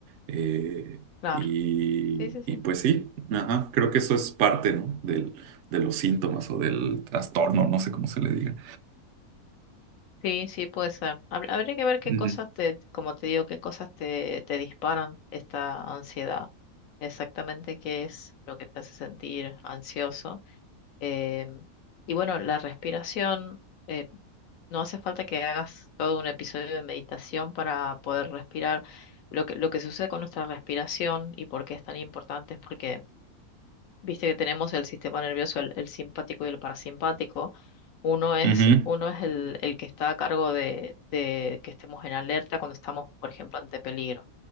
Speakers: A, on the right (about 65°); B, on the left (about 70°).
A: Eh,
B: Claro.
A: y,
B: Sí, sí, sí.
A: y pues sí, ajá, creo que eso es parte, ¿no? Del, de los síntomas o del trastorno, no sé cómo se le diga.
B: Sí, sí, puede ser. Hab- Habría que ver qué
A: Ujú,
B: cosas te, como te digo, qué cosas te, te disparan esta ansiedad. Exactamente qué es lo que te hace sentir ansioso. Em, y bueno, la respiración. eh, No hace falta que hagas todo un episodio de meditación para poder respirar. Lo que, lo que sucede con nuestra respiración y por qué es tan importante es porque, viste que tenemos el sistema nervioso, el, el simpático y el parasimpático. Uno es,
A: ujú,
B: uno es el, el que está a cargo de, de que estemos en alerta cuando estamos, por ejemplo, ante peligro.